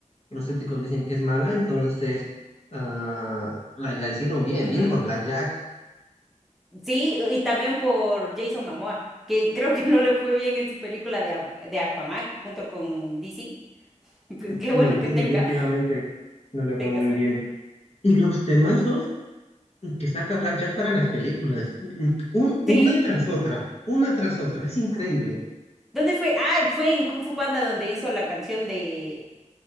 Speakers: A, on the left; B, in the centre.
A: los críticos dicen que es mala, entonces ah, la, la hicieron bien,
B: ujú.
A: bien por Blackjack.
B: Sí, y también por Jason Momoa, que creo que no le fue bien en su película de, agua, de Aquaman junto con DC. <laughs> Pues
A: Sí,
B: qué bueno que
A: sí,
B: tenga,
A: definitivamente no le
B: que tenga
A: fue muy
B: suerte.
A: bien. Y los temazos que saca Blackjack para las películas, un-
B: Sí.
A: una tras otra, una tras otra, es increíble.
B: ¿Dónde fue? Ah, fue en Kung Fu Panda donde hizo la canción de